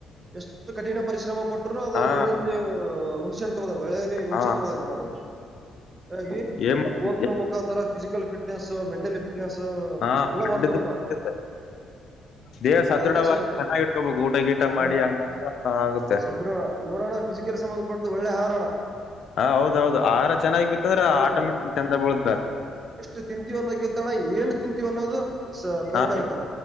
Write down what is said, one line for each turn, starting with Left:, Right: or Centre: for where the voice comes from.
Right: ಎಷ್ಟು ಕಠಿಣ ಪರಿಶ್ರಮ ಪಟ್ಟ್ರರುೂ ಅದು
Left: ಹಾ
Right: ನೀರಲ್ಲಿ ಹುಣ್ಸಣೆ ತೊಳ ಒಳಲಿ ಹುಣ್ಣ್
Left: ಹಾ
Right: ತೊಳ್ದಾಗಣವು ಹಾಗಾಗಿ
Left: ಏನ್ ಮಾಡ್ತಿ
Right: ಓದದ ಮುಖಾಂತರ ಫಿಸಿಕಲ್ ಫಿಟ್ನೆಸ್ ಮೆಂಟಲಿ ಫಿಟ್ನೆಸ್
Left: ಹಾ
Right: ಎಲ್ಲ
Left: ಅಡ್ಡದ
Right: ಮಾಡಡಕಂಬ ಕಾಣ
Left: ದೇಹ
Right: ಹಿಂಗಾದ್ರೆ
Left: ಸದೃಢವಾಗಿ
Right: ಸೊಪ್ಪು
Left: ಚೆನ್ನಾಗಿ ಇಟ್ಕೋಬೇಕು ಊಟ ಗೀಟ
Right: ಹಾ
Left: ಮಾಡಿ ಹಂಗ ಆಗುತ್ತೆ
Right: ಸದ್ರ ನೋಡೋಣ ಫಿಸಜಿಕಲ್ ಸಂಬಧ ಪಡದು ಒಳ್ಳೆ ಹಾರಾಟ
Left: ಹ ಹೌದೌದು ಆಹಾರ ಚೆನ್ನಾಗಿ ಬಿತ್ತಂದ್ರ
Right: ಹ್ಮ್
Left: ಆಟೋಮೆಟಿಕ್ ಚಂದ ಬಳುತ್ತ
Right: ಎಷ್ಟು ತಿಂತೀವಿ ಅನ್ನೋದ್ದಣ ಏನ್ ತಿಂತೀವಿ ಅನ್ನೋದು ಪಾಯಿಂಟ್
Left: ಹ
Right: ಆಗುತ್ತ